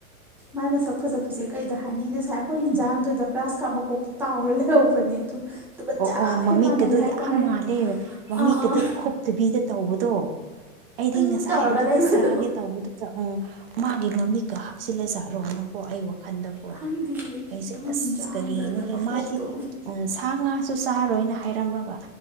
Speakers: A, in the centre; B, on the right.
A: ꯃꯥꯏ ꯃꯁꯛ ꯐꯖꯕꯁꯦ ꯀꯩꯗ ꯍꯥꯏꯅꯤ ꯅꯁꯥꯏ ꯑꯈꯣꯏ ꯍꯤꯟꯖꯥꯡꯗꯨꯗ ꯒ꯭ꯔꯥꯁ ꯀꯥꯞ ꯃꯀꯣꯛꯇꯣ ꯇꯥꯎꯔ ꯂꯩꯍꯧꯕꯅꯦ ꯑꯗꯨ ꯑꯗꯨꯒ
B: ꯑꯣ
A: ꯆꯞ
B: ꯑꯣ ꯃꯃꯤꯠꯀꯗꯨꯣ
A: ꯍꯦꯛ ꯃꯥꯟꯅꯩ ꯍꯥꯏꯇꯥꯔꯦ
B: ꯌꯥꯝ ꯃꯥꯜꯂꯦ ꯃꯃꯤꯠꯀꯗꯨ
A: ꯑꯥ ꯑꯥ
B: ꯈꯨꯞꯇꯕꯤꯗ ꯇꯧꯕꯗꯣ ꯑꯩꯗꯤ
A: ꯏꯪ
B: ꯉꯁꯥꯏ
A: ꯇꯧꯔꯒ
B: ꯑꯗꯨꯗ
A: ꯂꯩꯕꯗꯣ
B: ꯆꯥꯒꯦ ꯇꯧꯕꯗꯨꯗ ꯎꯪ ꯃꯥ ꯒꯤ ꯃꯃꯤꯠꯀ ꯍꯥꯞꯆꯤꯜꯂ ꯖꯥꯠꯔꯣꯅꯀꯣ ꯑꯩ ꯋꯥ ꯈꯟꯗꯀꯣ
A: ꯈꯪꯗꯤꯌꯦ
B: ꯑꯩꯁꯦ
A: ꯑꯃ
B: ꯑꯁ
A: ꯍꯤꯟꯖꯥꯡꯗꯨꯗ
B: ꯀꯔꯤꯅꯣꯍꯦ
A: ꯃꯀꯣꯛꯇꯣ
B: ꯃꯥꯗꯤ ꯑ ꯁꯥ ꯉꯥꯁꯨ ꯆꯥ ꯆꯥꯔꯣꯏꯅ ꯍꯥꯏꯔꯝꯔꯒ